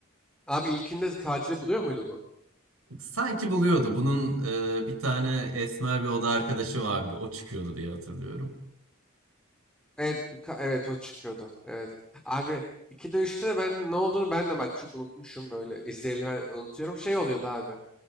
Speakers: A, in the centre; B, on the right.
A: Abi ilkinde katili buluyor muydu bu?
B: Sanki buluyordu. Bunun e, bir tane esmer bir oda arkadaşı vardı. O çıkıyordu diye hatırlıyorum.
A: Evet, birka- evet o çıkıyordu. Evet. Abi 2'de üçte de ben ne olduğunu ben de bak çok unutmuşum böyle izleyeli ben unutuyorum. Şey oluyordu abi.